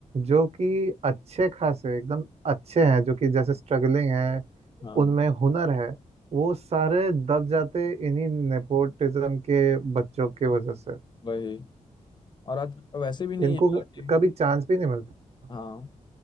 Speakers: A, on the right (about 50°); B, on the left (about 35°).
A: जो कि अच्छे खासे एकदम अच्छे हैं जो कि जैसे स्ट्रगलिंग है
B: हाँ
A: उनमें हुनर है वो सारे दब जाते इन्हीं नेपोटिज्म के बच्चों के वजह से
B: वही और आज वैसे भी नहीं
A: इनको
B: है यार कि
A: कभी चांस भी नहीं मिलता
B: हाँ